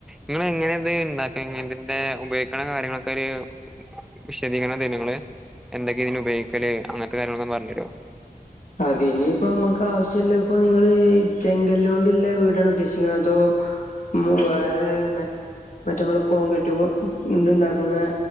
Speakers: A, in the centre; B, on the left.
A: ഇങ്ങളെങ്ങനെത് ഇണ്ടാക്ക്‌ങ്ങ്തിന്റെ ഉപയോഗിക്ക്‌ണ കാര്യങ്ങളൊക്കെ ഒര്. വിശദീകരണം തരോ ങ്ങള് എന്തൊക്കെതിന് ഉപയോഗിക്കല് അങ്ങൻത്തെ കാര്യങ്ങളൊക്കൊന്ന് പറഞ്ഞരോ?
B: അതിന് ഇപ്പം അമ്മക്ക് ആവ്ശ്യല്ലപ്പൊ നിങ്ങള് ചെങ്കല്ലോണ്ട്ല്ല വീടാണോ ഉദ്ദേശിക്കുന്ന അതോ? ഹ്മ് വേറെ മ മറ്റ അമ്മള് കോൺക്രീറ്റ് കൊഹ് ണ്ട്ണ്ടാക്കുന്ന